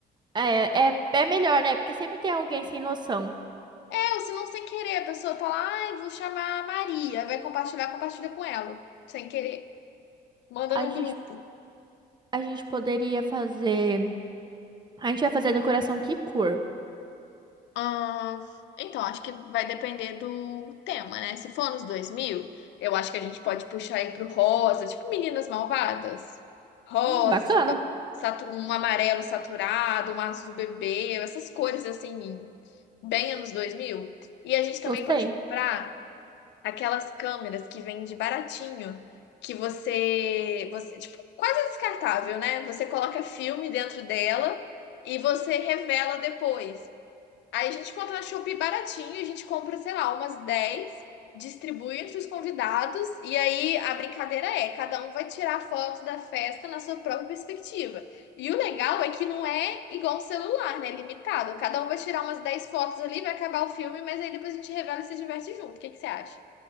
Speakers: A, on the right; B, on the left.
A: É, é, é melhor, né? Porque sempre tem alguém sem noção.
B: É, ou se não sem querer, a pessoa fala, ai, vou chamar a Maria, vai compartilhar, compartilha com ela, sem querer, manda
A: A
B: no
A: gente,
B: grupo.
A: a gente poderia fazer. A gente vai fazer a decoração que cor?
B: Ah, então, acho que vai depender do tema, né? Se for nos dois mil eu acho que a gente pode puxar aí pro rosa, tipo Meninas Malvadas. Rosa,
A: Hum, bacana.
B: satu- um amarelo saturado, um azul bebê, essas cores assim, bem anos dois mil E a gente também
A: Gostei.
B: pode comprar aquelas câmeras que vende baratinho, que você, você, tipo, quase descartável, né? Você coloca filme dentro dela e você revela depois. Aí a gente encontra na Shopee baratinho, a gente compra, sei lá, umas dez distribui entre os convidados, e aí a brincadeira é, cada um vai tirar a foto da festa na sua própria perspectiva. E o legal é que não é igual um celular, né? É Limitado. Cada um vai tirar umas 10 fotos ali, vai acabar o filme, mas aí depois a gente revela e se diverte junto. O que que você acha?